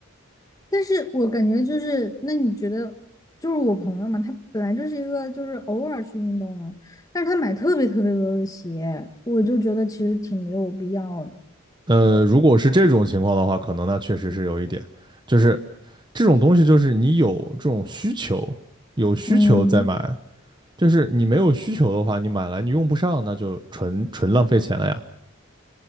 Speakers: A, on the left (about 20°); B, on the right (about 20°).
A: 但是我感觉就是，那你觉得，就是我朋友嘛，他本来就是一个就是偶尔去运动的，但是他买特别特别多的鞋，我就觉得其实挺没有必要的。
B: 呃，如果是这种情况的话，可能那确实是有一点，就是这种东西，就是你有这种需求，有需求再买，
A: 嗯，
B: 就是你没有需求的话，你买来你用不上，那就纯纯浪费钱了呀。